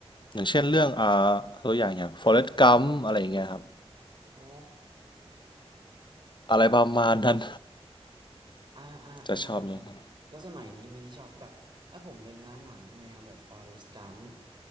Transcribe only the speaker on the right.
โอ้
อ่าอ่าอ่าแต่
แล้วสมัยนี้มีที่ชอบแบบแล้วผมนึกนะหนังแนวแบบ Forrest Gump